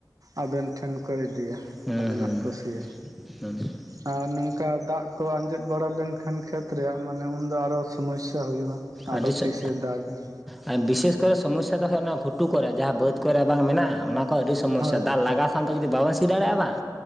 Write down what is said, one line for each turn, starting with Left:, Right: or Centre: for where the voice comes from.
Right: ᱟᱵᱮᱱ ᱴᱷᱮᱱ ᱠᱚ ᱤᱫᱤᱭᱟ
Centre: ᱦᱩᱸ
Right: ᱟᱵᱤᱱᱟᱜ ᱠᱚ ᱥᱤᱭᱟ
Centre: ᱦᱩᱸ ᱦᱩᱸ
Right: ᱟᱨ ᱱᱚᱝ- ᱱᱚᱝᱠᱟ ᱫᱟᱜ ᱠᱚ ᱟᱸᱡᱮᱫ ᱵᱟᱲᱟ ᱞᱮᱱᱠᱷᱟᱱ ᱠᱷᱮᱛ ᱨᱮᱭᱟᱜ ᱢᱟᱱᱮ ᱩᱱᱫᱚ ᱟᱨᱦᱚ ᱥᱚᱢᱚᱥᱥᱟ ᱦᱩᱭᱩᱜᱼᱟ᱾ ᱟᱨᱚ
Centre: ᱟᱹᱰᱤ ᱥᱮᱜ
Right: ᱛᱤᱥᱮ ᱫᱟᱜᱟᱭ
Centre: ᱦᱮᱸ ᱵᱤᱥᱮᱥ ᱠᱚᱨᱮ ᱥᱚᱢᱚᱥᱥᱟ ᱚᱱᱟ ᱜᱷᱩᱴᱩ ᱠᱚᱨᱮ ᱡᱟᱦᱟᱸ ᱵᱟᱹᱫᱽ ᱠᱚᱨᱮ ᱵᱟᱝ ᱢᱮᱱᱟᱜᱼᱟ ᱚᱱᱟ ᱠᱚ ᱟᱹᱰᱤ ᱥᱚᱢᱚᱥᱥᱟ
Right: ᱦᱳᱭ
Centre: ᱫᱟᱜ
Right: ᱦᱳᱭ ᱦᱮᱸ
Centre: ᱞᱟᱜᱟ ᱢᱤᱫ ᱥᱟᱶ ᱛᱮ ᱡᱩᱫᱤ ᱵᱟᱵᱮᱱ ᱥᱤ ᱫᱟᱲᱮᱭᱟᱜᱼᱟ ᱵᱟᱝ